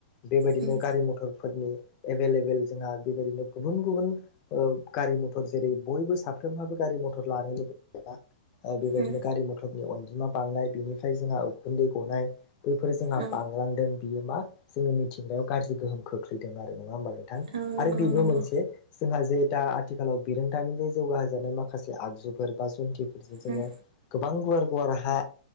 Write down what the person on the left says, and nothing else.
बेबायदिनो
गारि मथरफोरनि एभेलेबेल जोंहा बेबायदिनो गुबुन गुबुन ओ गारि रि मथर जेरै बयबो साफ्रोमहाबो गारि मथर लानो लुगैबायबा ओ बे
<unintelligible> बिदिनो गारि मथरनि अनजिमा बांनाय बेनिफ्राय जोंहा उखुन्दै गनाय बैफोर जोंहा
बांलांदों बियो मा जोङनि मिथिंगाव गाज्रि गोहोम खोख्लैदों आरो नङा होमबा नोंथां
आरो बेबो
मोनसे जोंहा जे दा आथिखालाव बिरोंथामिजों जौगाहजानाय माखासे आगजुफोर बा जन्थिफोरजों जोङो
गोबां गुवार गुवार हा